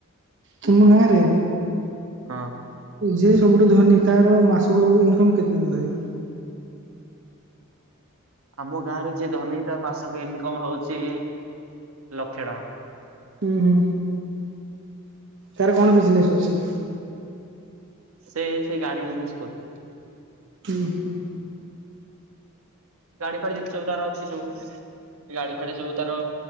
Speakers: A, on the right; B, on the right.
A: ତୁମ ଗାଁରେ
B: ହଁ।
A: ଯିଏ ସବୁଠୁ ଧନୀ ତାର ମାସକୁ ଇନକମ କେତେ ତଥାପି?
B: ଆମ ଗାଁ ରେ ଯିଏ ଧନୀ ତା ମାସକୁ ଇନକମ ହଉଚି ଲକ୍ଷେ ଟଙ୍କା।
A: ଉଁ ହୁଁ ତାର କଣ ବିଜନେସ୍ ଅଛି?
B: ସେ ସେଇ ଗାଡି ବିଜନେସ କରୁଚି।
A: ଉଁ ହୁଁ।
B: ଗାଡି ଫାଡି ଯେତେ ସବୁ ତାର ଅଛି ସବୁ ସେ ଗାଡି ଫାଡି ସବୁ ତାର